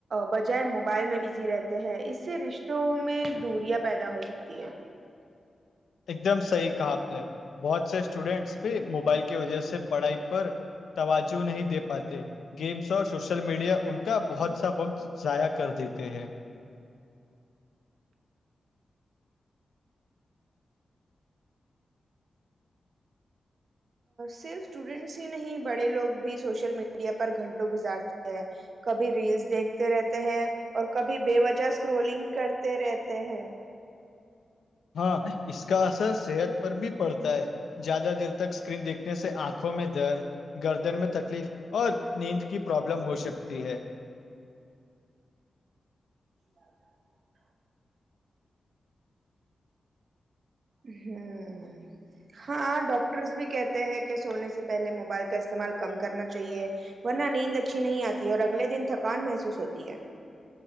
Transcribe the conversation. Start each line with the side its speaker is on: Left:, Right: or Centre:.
Right: بجائے موبائل میں بزی رہتے ہیں اس سے رشتوں میں دوریاں پیدا ہو سکتی ہے
Left: ایک دم صحیح کہا آپ نے بہت سے اسٹوڈینٹس بھی موبائل کی وجہ سے پڑھائی پر توجو نہیں د پاتے گیمس اور سوشل میڈیا ان کا بہت سا وقت ضائع کر دیتے ہیں
Right: صرف اسٹوڈینٹس ہی نہیں بڑے لوگ بھی سوشل میڈیا پر گھنٹوں گزارتے ہیں کبھی ریلس دیکھتے رہتے ہیں اور کبھی بے وجہ اسکرولنگ کرتے رہتے ہیں
Left: ہاں اس کا اثر صحت پر بھی پڑتا ہے زیادہ دیر تک اسکرین دیکھ نے سے آنکھوں میں درد گردن میں تکلیف اور نیند کی پرابلم ہو سکتی ہے
Right: ج ہاں ہاں ڈاکٹرس بھی کہتے ہیں کہ سونے سے پہلے موبائل کا استعمال کم کرنا چاہیے ورنہ نیند اچھی نہیں آتی ہے اور اگلے دن تھکان محسوس ہوتی ہے